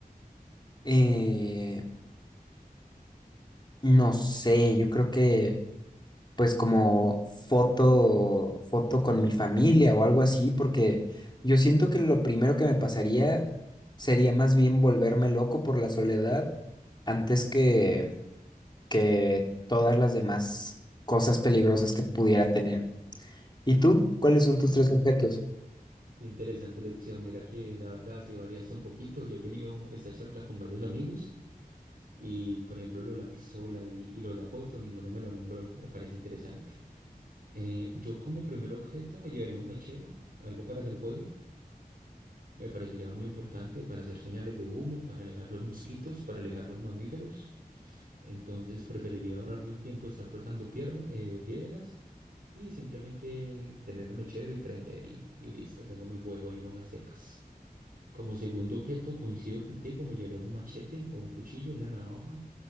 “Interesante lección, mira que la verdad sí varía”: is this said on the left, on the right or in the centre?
Right